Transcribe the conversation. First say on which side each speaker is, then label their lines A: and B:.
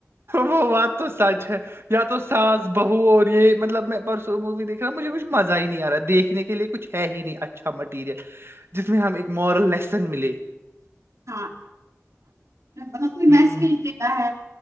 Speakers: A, on the right; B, on the right.
A: وہ بات تو سچ ہے یا تو ساس بہو اور یہ مطلب میں پرسوں مووی دیکھ رہا ہوں مجھے کچھ مزہ ہی نہیں آ رہا دیکھنے کے لیے کچھ ہے ہی نہیں اچھا مٹیریل جس میں ہم ایک مورل لیسن ملے
B: <inaudible> مطلب کوئی
A: ہوں
B: میسج دیتا ہے